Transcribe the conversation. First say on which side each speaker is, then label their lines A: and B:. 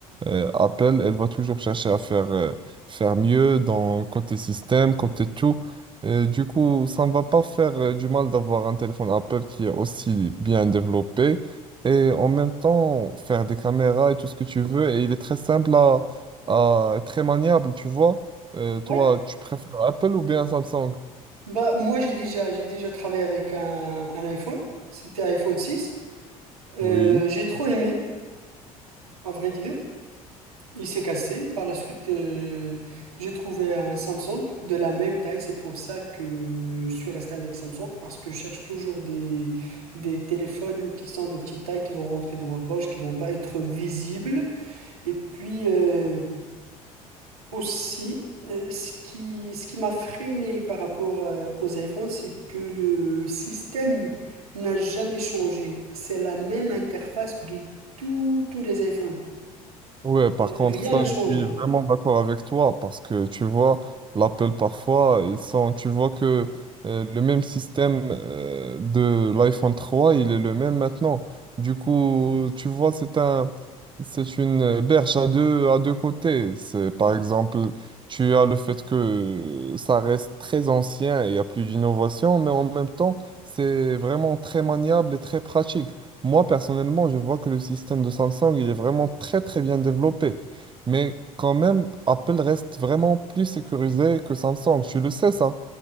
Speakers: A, on the right (about 25°); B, on the right (about 80°).
A: euh, Apple, elle va toujours chercher à faire, euh, faire mieux dans côté système, côté tout. Et du coup, ça ne va pas faire euh, du mal d'avoir un téléphone Apple qui est aussi bien développé et en même temps faire des caméras et tout ce que tu veux. Et il est très simple à, à- très maniable, tu vois. Euh, toi,
B: Oui.
A: tu préfères Apple ou bien Samsung?
B: Bah, moi, j'ai déjà, j'ai déjà travaillé avec un, un iPhone. C'était iPhone 6. Euh,
A: Oui.
B: j'ai trop aimé, à vrai dire. Il s'est cassé. Par la suite, euh, j'ai trouvé un Samsung de la même taille. C'est pour ça que je suis resté avec Samsung, parce que je cherche toujours des, des téléphones qui sont de petite taille, qui vont rentrer dans ma poche, qui vont pas être visibles. Et puis euh, aussi, euh, ce qui, ce qui m'a freiné par rapport euh, aux iPhones, c'est que le système n'a jamais changé. C'est la même interface de tous tous les iPhones.
A: Ouais, par contre,
B: Rien
A: ça,
B: n'a changé.
A: je suis vraiment d'accord avec toi parce que tu vois, l'Apple parfois, ils sont, tu vois que euh, le même système euh, de l'iPhone 3, il est le même maintenant. Du coup, tu vois, c'est un, c'est une berge à deux, à deux côtés. C'est, par exemple, tu as le fait que ça reste très ancien et il y a plus d'innovation, mais en même temps, c'est vraiment très maniable et très pratique. Moi, personnellement, je vois que le système de Samsung, il est vraiment très, très bien développé. Mais quand même, Apple reste vraiment plus sécurisé que Samsung. Tu le sais, ça?